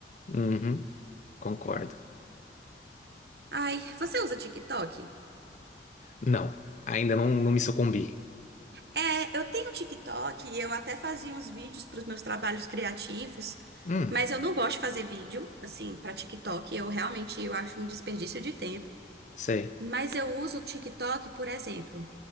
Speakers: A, on the left (about 40°); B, on the right (about 60°).
A: Uhum, concordo.
B: Ai, você usa TikTok?
A: Não, ainda não, não me sucumbi.
B: É, eu tenho um TikTok e eu até fazia uns vídeos para os meus trabalhos criativos,
A: Hum,
B: mas eu não gosto de fazer vídeo, assim, para TikTok. Eu realmente eu acho um desperdício de tempo.
A: sei.
B: Mas eu uso o TikTok, por exemplo.